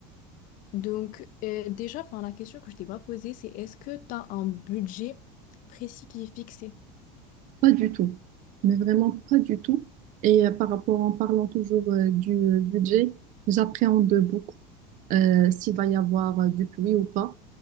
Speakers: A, on the left; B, on the right.
A: Donc, euh, déjà, enfin, la question que je t'ai pas posée, c'est est-ce que tu as un budget précis qui est fixé?
B: Pas du tout. Mais vraiment pas du tout. Et euh, par rapport, en parlant toujours euh, du euh, budget, j'appréhende beaucoup. euh, s'il va y avoir euh, du pluie ou pas.